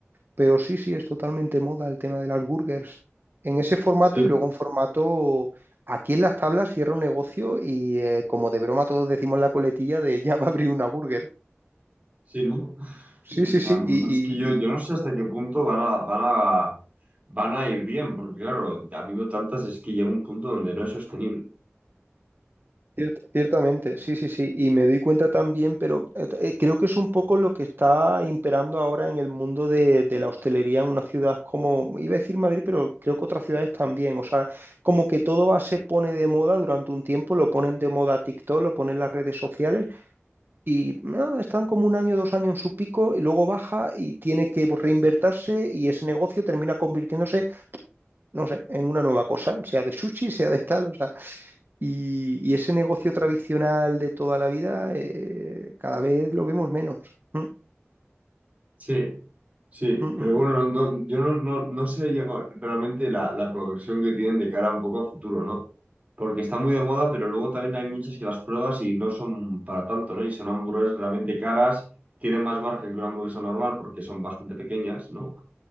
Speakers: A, on the right; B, on the right.
A: Pero sí, sí, es totalmente moda el tema de las burgers. En ese formato
B: Sí,
A: y luego en formato... Aquí en las tablas cierra un negocio y eh, como de broma todos decimos la coletilla de <laughs> ya va a abrir una burger.
B: sí, ¿no?
A: Sí,
B: Y
A: sí,
B: La
A: sí.
B: verdad
A: Y,
B: es que yo, yo no sé hasta qué punto van a, van a, van a ir bien, porque claro, habiendo tantas es que llega un punto donde no es sostenible.
A: Ciert- Ciertamente, sí, sí, sí, y me doy cuenta también, pero eh, t- eh, creo que es un poco lo que está imperando ahora en el mundo de, de la hostelería en una ciudad como, iba a decir Madrid, pero creo que otras ciudades también, o sea, como que todo va, se pone de moda durante un tiempo, lo ponen de moda TikTok, lo ponen las redes sociales y ah, están como un año, dos años en su pico y luego baja y tiene que reinvertirse y ese negocio termina convirtiéndose, no sé, en una nueva cosa, sea de sushi, sea de tal, o sea. Y, y ese negocio tradicional de toda la vida, eh, cada vez lo vemos menos. Mm,
B: Sí, sí,
A: mm,
B: pero
A: mm.
B: bueno, no, no- yo no, no, no sé ya co- realmente la, la progresión que tienen de cara un poco a futuro, ¿no? Porque está muy de moda, pero luego también hay muchas que las pruebas y no son para tanto, ¿no? Y son hamburguesas realmente caras, tienen más margen que una hamburguesa normal porque son bastante pequeñas, ¿no?